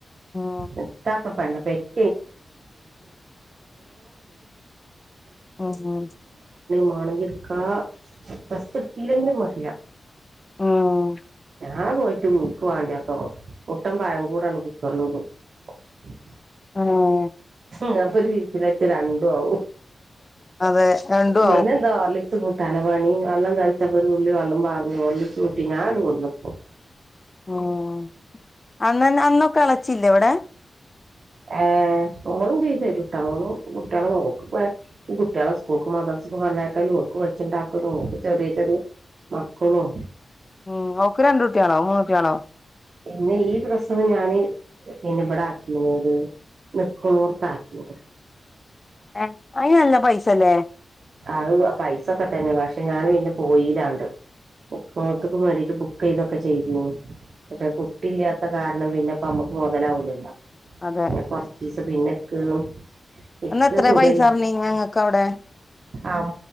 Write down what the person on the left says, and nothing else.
ഉം
ഉം
ഉം
ആഹ്
അതെ രണ്ടും
ആവും
ഉം അന്നന്ന അന്നൊക്കെ അളച്ചില്ലെ ഇവിടെ
ഉം ഓക്ക് രണ്ട് കുട്ടികളോ മൂന്നുട്ടിയളോ
ഹെ അയിനല്ല പൈസല്ലേ?
അതെ
അന്ന് എത്ര
പൈസ പറഞ്ഞ് ഞങ്ങക്ക് അവ്ടെ